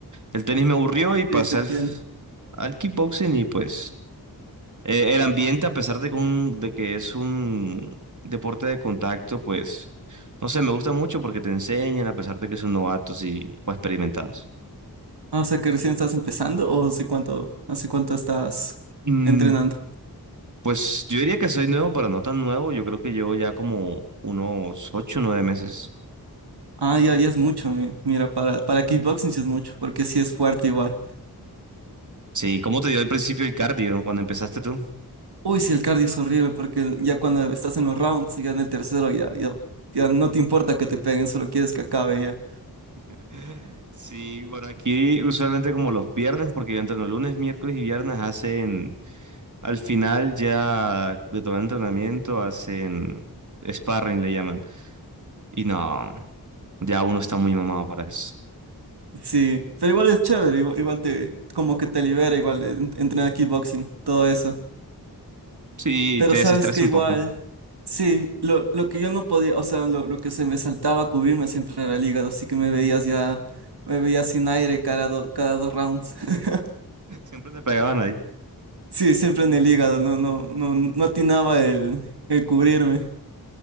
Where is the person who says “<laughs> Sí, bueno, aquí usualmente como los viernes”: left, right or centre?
Right